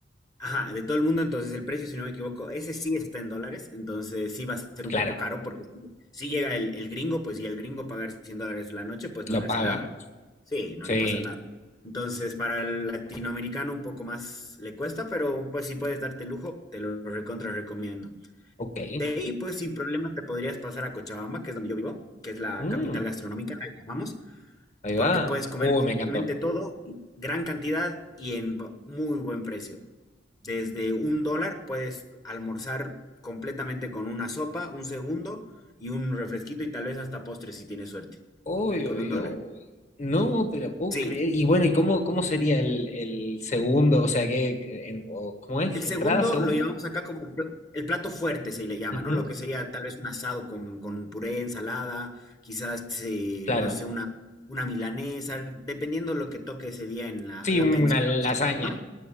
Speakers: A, on the left; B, on the left.
A: Ajá, de todo el mundo, entonces el precio, si no me equivoco, ese sí está en dólares, entonces sí va a ser un
B: Claro,
A: poco caro, porque si si llega el, el gringo, pues y el gringo pagar 100 dólares la noche, pues
B: lo
A: no le
B: paga.
A: hace nada. Sí, no
B: Sí.
A: le pasa nada. Entonces, para el latinoamericano un poco más le cuesta, pero pues si puedes darte lujo, te lo recontra recomiendo.
B: Ok.
A: De ahí, pues sin problema te podrías pasar a Cochabamba, que es donde yo vivo, que es la
B: Mm,
A: capital gastronómica, la llamamos,
B: ahí va.
A: porque puedes comer
B: Uy,
A: absolutamente
B: me encantó.
A: todo, gran cantidad y en bu- muy buen precio. Desde un dólar puedes almorzar completamente con una sopa, un segundo y un refresquito y tal vez hasta postre si tienes suerte,
B: Uy,
A: con
B: uy,
A: un dólar.
B: uy. No te la puedo
A: Sí,
B: creer. Y bueno, ¿y cómo, cómo sería el, el segundo? O sea, ¿qué, en- o- ¿cómo es?
A: el segundo
B: ¿Entrada, segundo?
A: lo llamamos acá como el pl- el plato fuerte, se le llama,
B: Ujú.
A: ¿no? Lo que sería tal vez un asado con, con puré, ensalada, quizás, eh,
B: Claro.
A: no sé, una, una milanesa, dependiendo lo que toque ese día en la,
B: Sí,
A: la
B: una
A: pensión,
B: lasaña,
A: ¿no?